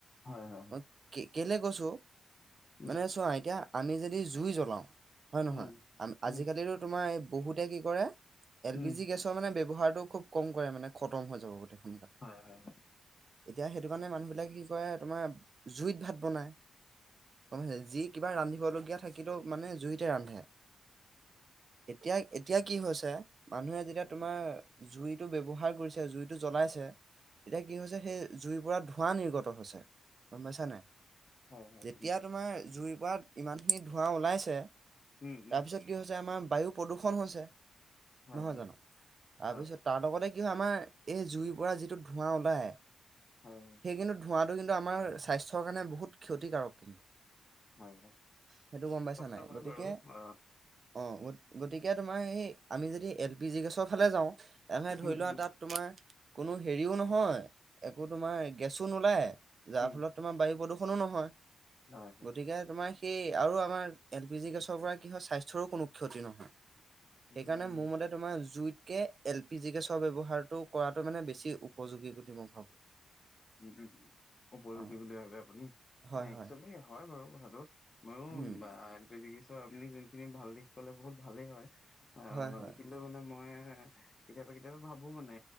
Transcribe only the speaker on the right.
মই কে কেলে কৈছো
মানে চোৱা এতিয়া আমি যদি জুই জ্বলাওঁ হয় নহয়
আজিকালিতো
তোমাৰ বহুতে কি কৰে এল
পি জি গেছটো মানে ব্যৱহাৰটো খুব কম কৰে মানে খতম হৈ যাব বোলি সোনকালে।
এতিয়া সেইটো কাৰণে মানুহবিলাকে কি কৰে তোমাৰ জুইত ভাত বনাই। গম পাইছে যি কিবা ৰান্ধিবলগীয়া থাকিলেও মানে জুইতে ৰান্ধে। এতিয়া এতিয়া কি হৈছে মানুহে যেতিয়া তোমাৰ জুইটো ব্যৱহাৰ কৰিছে জুইটো জ্বলাইছে। তেতিয়া কি হৈছে সেই জুইবোৰত ধোঁৱা নিৰ্গত হৈছে গম পাইছা নাই।
যেতিয়া
তোমাৰ জুইৰ পৰা ইমানখিনি ধোঁৱা ওলাইছে
তাৰপিছত কি হৈছে আমাৰ বায়ু প্ৰদূষণ হৈছে
নহয়
জানো। তাৰপিছত
তাৰ লগতে কি হয় আমাৰ এই জুইৰ পৰা যিটো ধোঁৱা ওলাই।
সেই কিন্তু ধোঁৱাটো কিন্তু আমাৰ স্বাস্থ্যৰ কাৰণে বহুত ক্ষতিকাৰক কিন্তু।
সেইটো গম পাইছা
নাই
গতিকে
অ গ গতিকে তোমাৰ সেই আমি যদি এল পি জি গেছৰ ফালে যাওঁ তেনে ধৰি
লোৱা
তাত তোমাৰ কোনো হেৰিও নহয় একো তোমাৰ গেছো নোলায় যাৰ
ফলত তোমাৰ বায়ু প্ৰদূষণো নহয়
গতিকে তোমাৰ কি আৰু আমাৰ এল পি জি গেছৰ পৰা কি হয় স্বাস্থ্যৰো কোনো ক্ষতি নহয়।
সেইকাৰণে মোৰ মতে তোমাৰ জুইতকে এল পি জি গেছৰ ব্যৱহাৰটো কৰাটো মানে বেছি উপযোগী বুলি মই ভাবোঁ।
অ
হয় হয়
উম
হয় হয়